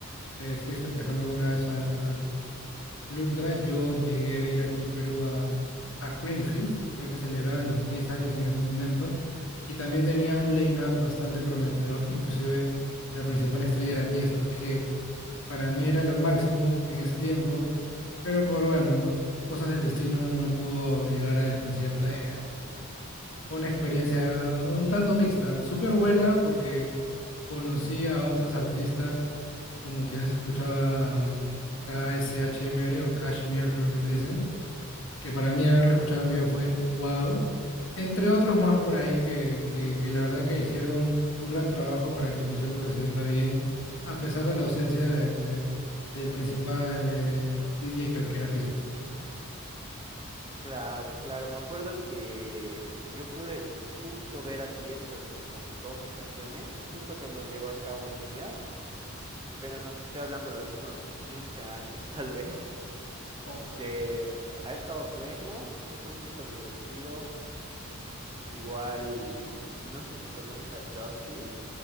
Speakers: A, on the left; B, on the right.
A: eh, fuiste, por ejemplo, una vez al, al al Ultra, yo llegué a ir aquí en Perú a, a Creamfields, creo que celebraban los 10 años en ese momento, y también tenía un line-up bastante prometedor, inclusive la principal estrella era Tiesto, que para mí era lo máximo en ese tiempo, pero por, bueno, cosas del destino no pudo llegar al concierto. y, bah, Fue una experiencia un tanto mixta, súper buena porque conocí a otros artistas como quizás escuchaba KSHMR o Kashmir, creo que le dicen, que para mí haberlo escuchado en vivo fue wow. Entre otros más por ahí que, que, que la verdad que hicieron un gran trabajo para que el concierto se sienta bien, a pesar de la ausencia de, de- del principal eh, DJ que, que era Tiesto, pues, ¿no?
B: Claro, claro. Me acuerdo que yo pude justo ver a Tiesto en como dos ocasiones, justo cuando llegó acá a Bolivia, pero no te estoy hablando de hace unos 15 años <laughs> tal vez,
A: Oh, wow.
B: que ha estado bueno, ha estado súper divertido. Igual, no sé si conoces a Justice,